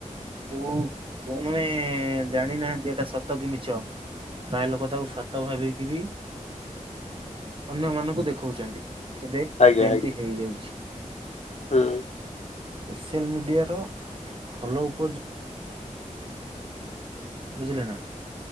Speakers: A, on the right (about 40°); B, on the left (about 60°).
A: ଯୋଉ ଯୋଉମାନେ ଜାଣିନାହାନ୍ତି ଏଟା ସତ କି ମିଛ। ପ୍ରାୟ ଲୋକ ତାକୁ ସତ ଭାବିକି ବି ଅନ୍ୟ ମାନଙ୍କୁ ଦେଖାଉଚନ୍ତି। କି ଦେଖ୍
B: ଆଜ୍ଞା
A: ଏମିତି
B: ଆଜ୍ଞା
A: ହେଇଯାଉଛି।
B: ହୁଁ।
A: ସୋସିଆଲ୍ ମିଡିଆର ଭଲ ଉପଯୋ ବୁଝିଲେ ନା।